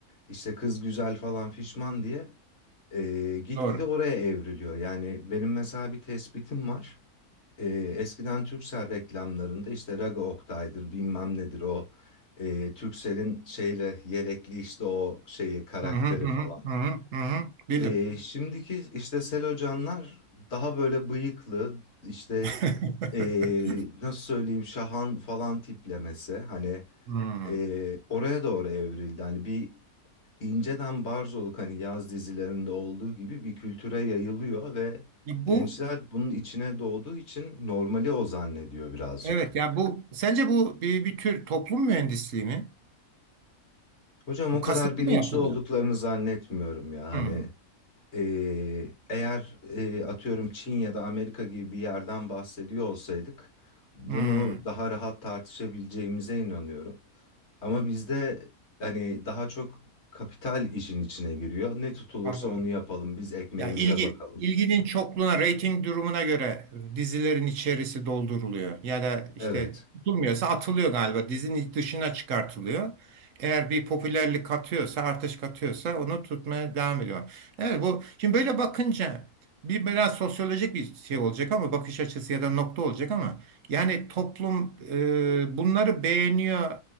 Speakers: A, on the left (about 50°); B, on the right (about 65°).
A: işte kız güzel falan fişman diye e, gitgide
B: Doğru.
A: oraya evriliyor. Yani benim mesela bir tespitim var. E, eskiden Turkcell reklamlarında işte Raga Oktay'dır bilmem nedir o e, Turkcell'in şeyle yelekli işte o şeyi karakteri
B: Hı hı hı
A: falan.
B: hı hı hı. hı. Bilim.
A: E, şimdiki işte Selocanlar daha böyle bıyıklı işte
B: <laughs>
A: e, nasıl söyleyeyim Şahan falan tiplemesi hani
B: Hmm.
A: e, oraya doğru evrildi. Hani bir inceden barzoluk hani yaz dizilerinde olduğu gibi bir kültüre yayılıyor ve
B: Ya
A: gençler
B: Bu
A: bunun içine doğduğu için normali o zannediyor birazcık.
B: evet ya bu sence bu bir, bir tür toplum mühendisliği mi?
A: Hocam
B: Bu
A: o
B: kasıtlı
A: kadar bilinçli
B: mı yapılıyor?
A: olduklarını zannetmiyorum ya
B: Hmm.
A: hani e, eğer e, atıyorum Çin ya da Amerika gibi bir yerden bahsediyor olsaydık bunu
B: Hmm.
A: daha rahat tartışabileceğimize inanıyorum. Ama bizde hani daha çok kapital işin içine giriyor. Ne tutulursa
B: Anladım.
A: onu yapalım. Biz ekmeğimize
B: Ya ilgi
A: bakalım.
B: ilginin çokluğuna, reyting durumuna göre dizilerin içerisi dolduruluyor. Ya da işte
A: Evet.
B: durmuyorsa atılıyor galiba. Dizinin dışına çıkartılıyor. Eğer bir popülerlik katıyorsa, artış katıyorsa onu tutmaya devam ediyor. Evet bu şimdi böyle bakınca bir biraz sosyolojik bir şey olacak ama bakış açısı ya da nokta olacak ama yani toplum e, bunları beğeniyor